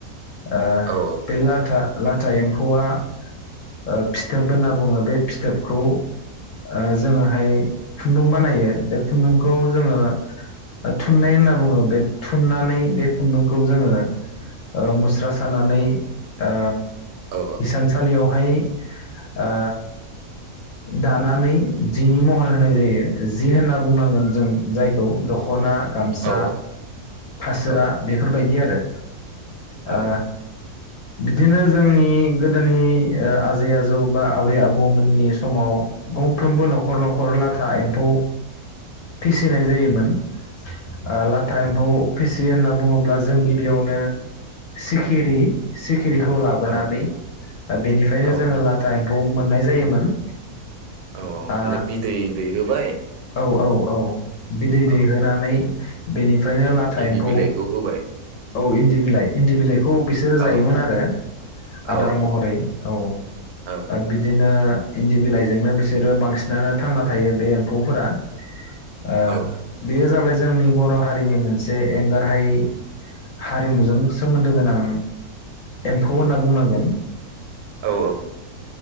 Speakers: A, on the left; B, on the right.
A: ओ
B: औ
A: बे लाथा लाथा एम्फौआ ओ फिथोब होनना बुङो बे फिथोबखौ ओ जोङोहाय खुन्दुं बानायो बे खुन्दुंखौ जोङो थुननाय होनना बुङो बे थुननानै बे खुन्दुंखौ जोङो ओ मुस्रा सानानै ओ
B: औ
A: हिसानसालियाव हाय आ दानानै जिनि महर होनाय जायो जि होनना बुंनांगोन जों जायखौ दख'ना गामसा
B: औ
A: फासोरा
B: औ
A: बेफोरबायदि आरो
B: औ
A: <unintelligible> ओ बिदिनो जोंनि गोदोनि ओ आजै आजौ बा आबै आबौमोननि स समाव गं फ्रोमबो नखर नखर लाथा एम फौ फिसिनाय जायोमोन ओ लाथा एम्फौ फिसि होनना बुङोब्ला जों गिबियावनो सिखिरि सिख खिरिखौ लाबोनानै
B: औ
A: ओ बेनिफ्रायनो
B: औ
A: जोङो लाथा एम खौ मोननाय जायोमोन।
B: औ
A: आ
B: माने बिदै दैहोबाय
A: औ औ औ बिदै दै
B: औ
A: होनानै
B: बेनि
A: बेनिफ्रायनो लाथा
B: इन्दि
A: एम्फौ
B: बिलाइखौ होबाय
A: औ इन्दि बिलाइ इन्दि इन्दि बिलाइ बिलाइखौ बिसोरो जायोमोन
B: औ
A: आरो आदार
B: औ
A: महरै औ
B: औ
A: बिदिनो इन्दि बिलाइजोंनो बिसोरो बांसिनानो थांना थायो बे एम्फौफोरा ओ
B: औ
A: बेयो जाबाय जोंनि बर' हारिनि मोनसे एंगारहायै हारिमुजों सोमोन्दो गोनां एम्फौ होनना बुंनांगोन।
B: औ औ